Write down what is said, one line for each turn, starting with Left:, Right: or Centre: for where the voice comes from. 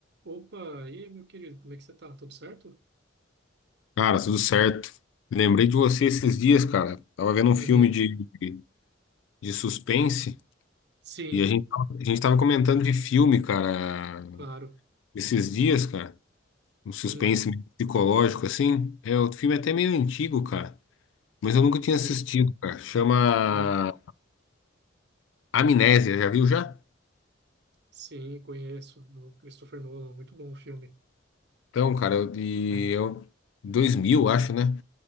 Right: Opa, e aí, meu querido, como é que você tá? Tudo certo?
Left: Cara, tudo certo. Lembrei de você esses dias, cara. Tava vendo um
Right: Uhum,
Left: filme de, de, de suspense
Right: sim,
Left: e a gente, tava- a gente tava comentando de filme, cara,
Right: claro.
Left: esses dias, cara. Um suspense
Right: Uhum,
Left: meio psicológico, assim. É, o filme é até meio antigo, cara. Mas eu nunca tinha
Right: sim,
Left: assistido, cara. Chama
Right: uhum,
Left: Amnésia, já viu já?
Right: sim, conheço, do Christopher Nolan, muito bom o filme.
Left: Então, cara, eu, e eu 2000 acho, né?